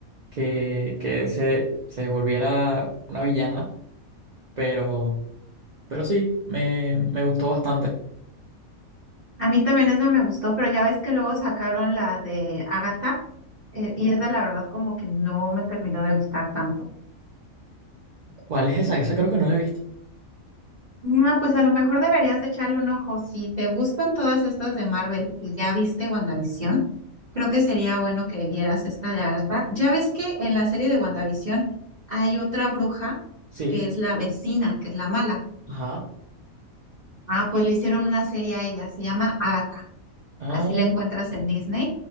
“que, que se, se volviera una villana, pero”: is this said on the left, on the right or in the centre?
Right